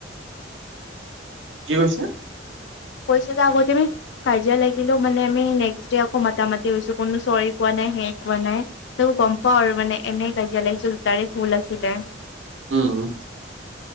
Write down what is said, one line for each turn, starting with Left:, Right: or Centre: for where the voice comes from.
Right: কি কৈছা?
Left: কৈছা যে আকৌ তুমি। কাজিয়া লাগিলেও মানে আমি নেক্স ডে আকৌ মতা-মাতি হৈছো, কোনো চৰী কোৱা নাই হেৰি কোৱা নাই। ত গম পাও আৰু মানে, এনেই কাজিয়া লাগিছো দুটাৰে ভুল আছিলে।
Right: উম'